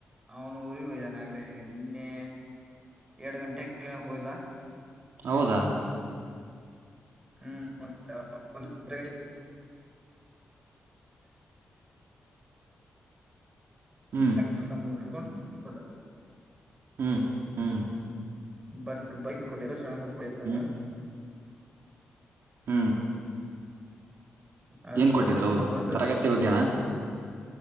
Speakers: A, on the right (about 20°); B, on the right (about 70°).
A: ಅವನು ಊರಿ ಹೋಯ್ದಾನೆ ಆಗ್ಲ ನಿನ್ನೆ ಎರಡು ಗಂಟೆಕ್ಕೆ ಹೋಗಿದ್ದ
B: ಹೌದಾ
A: ಹ್ಮ್ ಮ ಒಂದು
B: ಹ್ಮ್
A: ಎ ಕೆಲಸ ಮುಸ್ಕೊಂಡು ಹದ
B: ಹ್ಮ್ ಹ್ಮ್
A: ಬರ್ಕ್ ಬೈಕ್ ಕೊಟ್ಟಿರ ಶಣಗಪ್ಪಳ ಸಾರ
B: ಹ್ಮ್ ಹ್ಮ್
A: ಅದ
B: ಏನ್
A: ಮುಗಿಸಕೊಂಡು
B: ಕೊಟ್ಟಿದ್ರು ಅವರು
A: ಬರ್
B: ತರಗತಿ ಬಗ್ಗೆನಾ
A: ಹೋದ